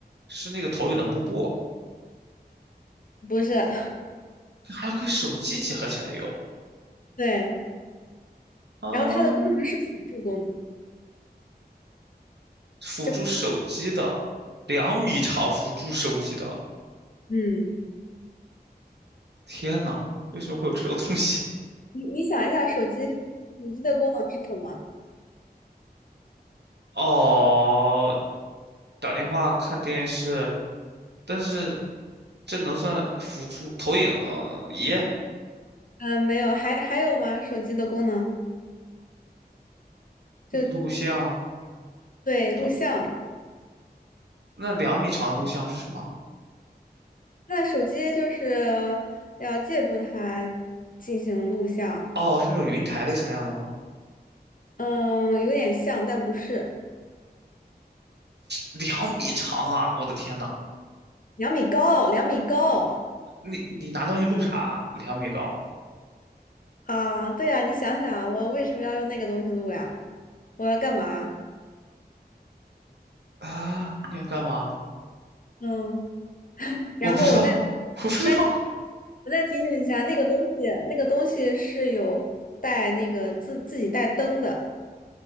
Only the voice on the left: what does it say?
不是，<laughs>
对。
然后它的功能是辅助功能，
就
嗯，
你你想一下，手机手机的功能是什么？
嗯、没有，还还有吗？手机的功能
就对录像。
那手机就是要借助它进行录像，
嗯，有点像，但不是。
两米高，两米高
啊！对呀，你想想啊，我为什么要用那个东西录呀？我要干嘛？
嗯，然后我再
再我再提醒一下，那个东西，那个东西是有带那个自自己带灯的，